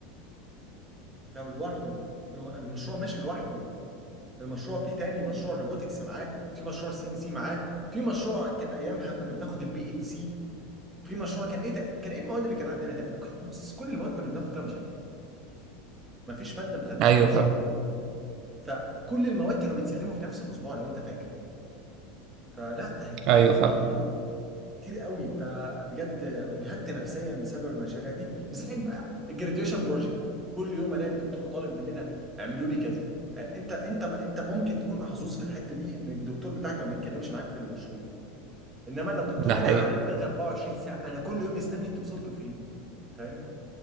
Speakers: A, on the right; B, on the right.
A: لو لوحده الم- المشروع مش لوحده المشروع فيه تاني مشروع روبوتكس معاه في مشروع سي ان سي معاه في مشروع كان ايامها كنا بناخد البي ال سي في مشروع كان ايه تاني؟ كان ايه المواد اللي كان عندنا تاني؟ بص كل المواد كنا بناخد فيها مشاريع، ما فيش ماده ما خدناش
B: ايوه
A: فيها مشروع،
B: فاهم
A: فكل المواد كانوا بيتسلموا في نفس الاسبوع لو انت فاكر، فلا يا جماعه
B: ايوه
A: كتير
B: فعلا
A: قوي كتير قوي فبجد اجهدت نفسيا بسبب المشاريع دي، زائد بقى الجراديويشن بروجكت كل يوم الاقي الدكتور طالب مننا اعملوا لي كذا، آه، انت انت انت ممكن تكون محظوظ في الحته دي ان الدكتور بتاعك ما بيتكلمش معاك في المشروع، انما انا الدكتور
B: ده
A: بتاعي
B: حقيقي
A: على دماغي 24 ساعه، انا كل يوم يسالني انتوا وصلتوا فين؟ فاهم؟